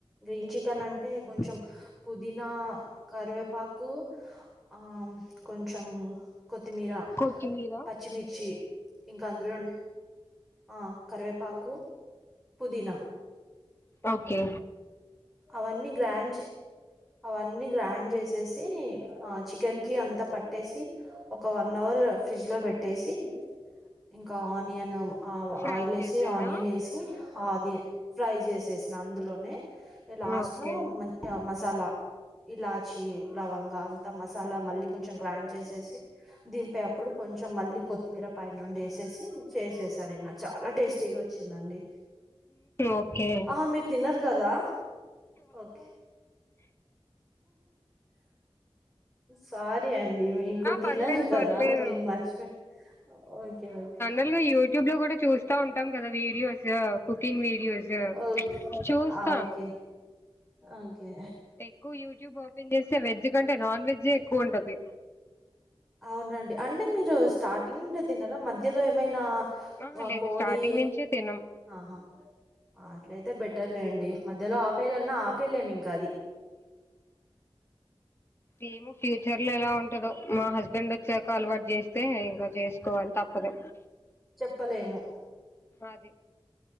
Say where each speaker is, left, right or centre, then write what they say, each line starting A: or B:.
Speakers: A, in the centre; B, on the left.
A: గ్రీన్ చికెన్ అంటే
B: ఓకే
A: కొంచెం. పుదీనా కరివేపాకు. ఆ కొంచం కొత్తిమీర,
B: కొత్తిమీర
A: పచ్చిమిర్చి. ఇంక అందులోనే. ఆ కరివేపాకు పుదీన.
B: ఓకే.
A: అవన్నీ గ్రాండ్ అవన్నీ గ్రాండ్ చేసేసి. ఆ చికెన్ కి అంతా పట్టేసి. ఒక వన్ అవర్ ఫ్రిడ్జ్ లో పెట్టేసి ఇంక ఆనియన్. ఆ
B: ఫ్రై
A: ఆయిల్
B: చేసారా
A: ఏసి ఆనియన్ ఏసి ఆది ఫ్రై చేసేసిన అందులోనే. ఇగ లాస్ట్
B: ఓకే
A: లో మంచిగా మసాలా. ఇలాచి లవంగా అంత మసాలా మళ్ళీ కొంచెం గ్రాండ్ చేసేసి. దింపే అప్పుడు కొంచెం మళ్ళీ కొత్తిమీర పైనుండి ఏసేసి చేసేసా నిన్న చాలా టేస్టీగా. వచ్చిందండి.
B: ఓకే
A: ఆహా మీరు తినరు కదా. ఓకే. సారీ అండి మీకు తినరు
B: పర్లేదు
A: కదా
B: పర్లేదు
A: నేను మర్చిపోయిన. Okay okay.
B: నేను యూట్యూబ్ లో కూడా చూస్. స్తా ఉంటాం కదా వీడియోసు కుకింగ్ వీడియోసు
A: ఓ
B: చూస్తాను.
A: ఆ Okay okay.
B: ఎక్కువ యూట్యూబ్ ఓపెన్ చేస్తే వెజ్ కంటే నాన్ వెజ్ఏ ఎక్కువ ఉంటది.
A: అవునండి అంటే మీరు స్టార్టింగ్ నుండే తినరా మధ్యలో ఏమైనా.
B: ఆహ
A: ఆ
B: లేదు
A: కోడి
B: స్టార్టింగ్ నించే తినం.
A: ఆహా అట్లయితే బెటర్లేండి మధ్యలో ఆపేయాలన్న ఆపేయలేమ్ ఇంకా అది.
B: ఏమో ఫ్యూచర్ లో ఎలా ఉంటదొ మా హస్బెండ్ వచ్చాక అలవాటు చేస్తే ఇంక చేసుకోవాలి తప్పదు.
A: చెప్పలేము.
B: అది